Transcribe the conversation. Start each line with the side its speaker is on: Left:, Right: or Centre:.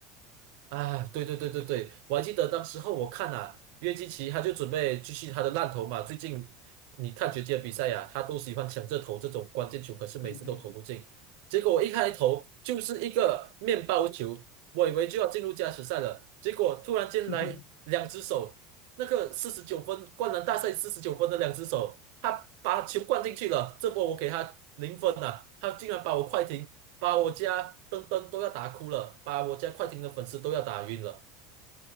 Right: 啊，对对对对对，我还记得当时候我看啊，约基奇他就准备继续他的烂投嘛。最近你看决的比赛呀、他都喜欢抢着投这种关键球，可是每次都投不进。
Left: 对对。
Right: 结果我一开头就是一个面包球，我以为就要进入加时赛了，结果突然间来两只手，
Left: <laughs>
Right: 那个四十九分灌篮大赛四十九分的两只手，他把球灌进去了，这波我给他零分了，他竟然把我快艇，把我家登登都要打哭了，把我家快艇的粉丝都要打晕了。